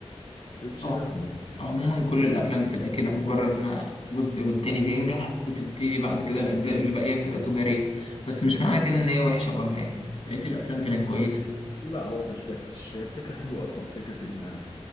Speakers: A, on the left (about 40°); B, on the left (about 60°).
A: مبقتش
B: اه
A: فاهمه
B: عموما كل الافلام بتبقى كده مجرد ما جزء والتاني بينجح بتبتدي بعد كده الاجزاء اللي باقية بتبقى تجارية بس مش معنى كده ان هي وحشة برضه يعني بقية الافلام كانت كويسة
A: لا هو مش وحش هي الفكره حلوه اصلا فكره ان